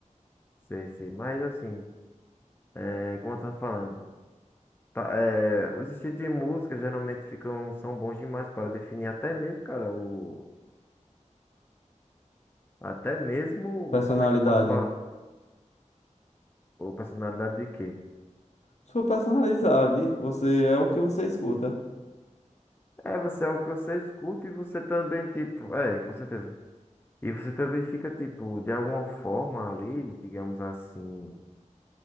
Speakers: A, on the left; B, on the left.
A: Sei, sei. Mas assim, é, como eu tava falando. Tá, é, os estilos de música geralmente ficam, são bons demais para definir até mesmo, cara, o, até mesmo
B: Personalidade.
A: o como é que eu posso falar, o personalidade de quê?
B: Sua personalidade, você é o que você escuta.
A: É, você é o que você escuta e você também, tipo, é, com certeza. E você também fica, tipo, de alguma forma ali, digamos assim,